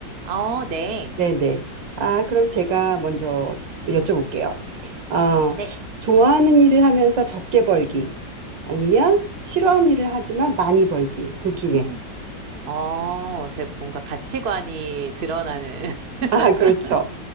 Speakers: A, on the right (about 40°); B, on the right (about 75°).
A: 어, 네.
B: 네, 네. 아, 그럼 제가 먼저 여쭤볼게요. 어,
A: 네.
B: 좋아하는 일을 하면서 적게 벌기 아니면 싫어하는 일을 하지만 많이 벌기 둘 중에.
A: 음. 어, 제 뭔가 가치관이 드러나는.
B: 아, 그렇죠.
A: <laughs>